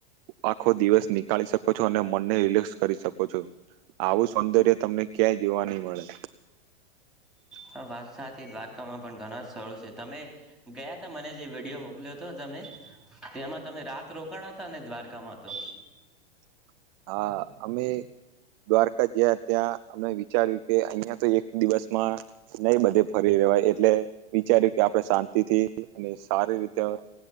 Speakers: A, on the right (about 40°); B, in the centre.
A: આખો દિવસ નીકાળી શકો છો અને મનને રિલેક્સ કરી શકો છો. આવું સૌંદર્ય તમને ક્યાંય જોવા નહી મળે.
B: હા વાત સાચી, દ્વારકામાં પણ ઘણા સથળો છે. તમે ગયા હતા મને જે વિડીયો મોકલ્યો હત તેમાં તમે રાત રોકાણ હતા અને દ્વારકામાં તો?
A: <inaudible> હા અમે દ્વારકા ગયા ત્યાં અમને વિચાર્યું કે અહિયાં તો એક દિવસમાં નહી બધે ફરી રહેેવાય એટલે વિચાર્યું કે, આપણે શાંતિ થી અને સારી રીતે હવે